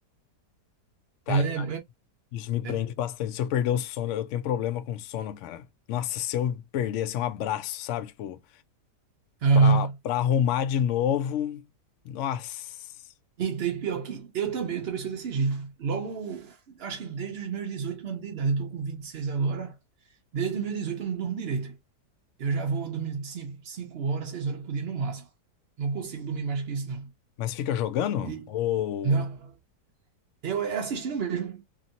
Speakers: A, on the left; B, on the right.
A: Cara,
B: É,
A: cara,
B: é,
A: isso me prende
B: é,
A: bastante. Se eu perder o sono, eu tenho problema com sono, cara. Nossa, se eu perder, assim, um abraço, sabe? Tipo,
B: aham.
A: pra, pra arrumar de novo. Nossa.
B: Então, e pior que eu também, eu também sou desse jeito. Logo, acho que desde os meus 18 anos de idade, eu tô com 26 agora, desde os meus 18 eu não durmo direito. Eu já vou dormir 5 horas, 6 horas por dia no máximo. Não consigo dormir mais que isso, não.
A: Mas fica jogando?
B: E,
A: Ou.
B: não, eu é assistindo mesmo.